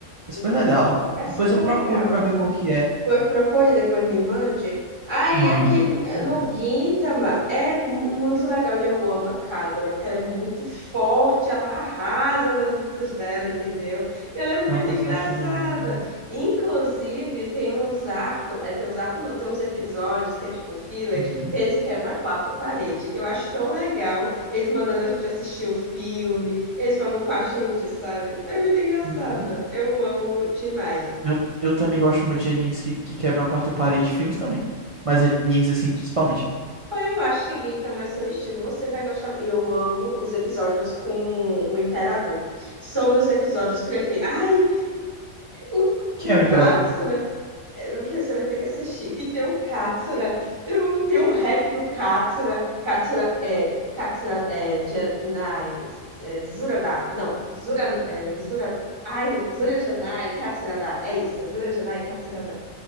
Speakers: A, on the right; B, on the right.
A: É
B: Meu
A: super legal.
B: filho, é super
A: Depois eu procuro
B: legal.
A: pra ver qual que é.
B: Pois procure, depois me mande. Aí
A: Mano,
B: aqui
A: com
B: eh,
A: certeza.
B: no Gintama é mu- muito legal e eu amo a Kagura, porque ela é muito forte, ela arrasa nas lutas dela, entendeu? E ela é muito
A: É uma personagem
B: engraçada.
A: feminina.
B: Inclusive, tem uns arcos, é, tem uns arcos não, tem uns episódios que é tipo filler,
A: Uhum.
B: que eles quebram a quarta parede. Eu acho tão legal eles mandando a gente assistir o filme, eles falam com a gente, sabe? É muito engraçado.
A: Uhum.
B: Eu amo demais.
A: Eu, eu também gosto muito de animes que, que quebram a quarta parede, filmes também. Mas animes, assim, principalmente.
B: Bom, Eu acho que Gintama é seu estilo. Você vai gostar. E eu amo os episódios com o Imperador. São meus episódios preferidos. Ai, o,
A: Que
B: o
A: é o
B: Katsura.
A: Imperador.
B: É, meu filho, Você vai ter que assistir. E tem o Katsura. Tem o, tem o rap do Katsura. Katsura é. Katsura é. Janai. É, Zurada. Não. Zura, é, Zura, ai, Zura Janai, Katsura É isso. Zura Janai, Katsura